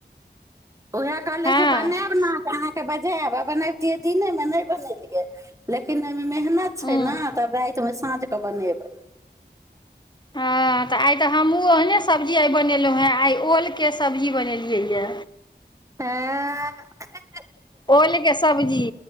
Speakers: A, on the right; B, on the left.
A: उएह कहलै
B: हँ
A: जे बनायब ने तऽ अहाँकेँ बजायब आ बनबितियै दिनेमे नहि बनेलियै लेकिन ओहिमे मेहनत
B: हँ
A: छै ने तब रातिमे साँझकेँ बनेबै
B: हँ तऽ आइ तऽ हमहूँ ओहने सब्जी आइ बनेलहुँ हेँ आइ ओलके सब्जी बनेलियैए
A: हँ
B: ओलके सब्जी